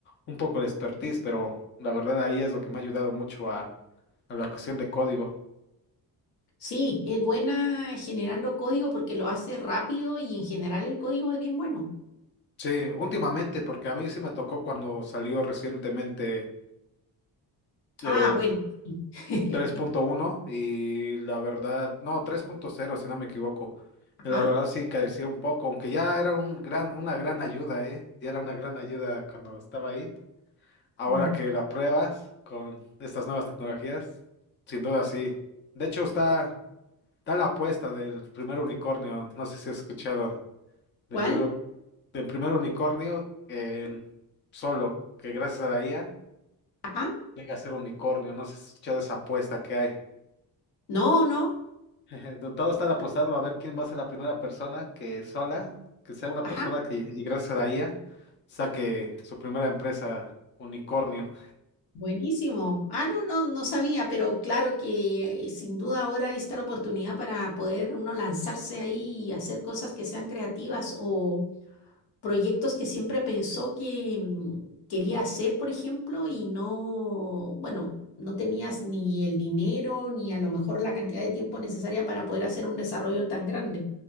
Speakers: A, on the left; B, on the left.
A: un poco el expertise, pero la verdad ahí es lo que me ha ayudado mucho a, a la cuestión de código.
B: sí, es buena generando código porque lo hace rápido y en general el código es bien bueno.
A: Sí, últimamente porque a mí sí me tocó cuando salió recientemente eh,
B: Ah, bueno. sí. <laughs>
A: 3.1 y la verdad, no, 3.0 si no me equivoco. La
B: Ajá.
A: verdad sí carecía un poco, aunque ya era un gran, una gran ayuda, ¿eh? Ya era una gran ayuda cuando estaba ahí. Ahora
B: mm,
A: que la pruebas con estas nuevas tecnologías, sin duda sí. De hecho está, está la apuesta del primer unicornio, no sé si has escuchado,
B: ¿Cuál?
A: del primero, del primer unicornio en solo, que gracias a la IA
B: Ajá.
A: llega a ser unicornio, no sé si has escuchado esa apuesta que hay.
B: No, no.
A: <laughs> Todo está apostado a ver quién va a ser la primera persona que sola, que sea una
B: Ajá.
A: persona que, y gracias a la IA, saque su primera empresa unicornio.
B: Buenísimo. Ah, no, no, no sabía, pero claro que eh, sin duda ahora está la oportunidad para poder uno lanzarse ahí y hacer cosas que sean creativas o proyectos que siempre pensó que mm, quería hacer, por ejemplo, y no, bueno, no tenías ni el dinero ni a lo mejor la cantidad de tiempo necesaria para poder hacer un desarrollo tan grande.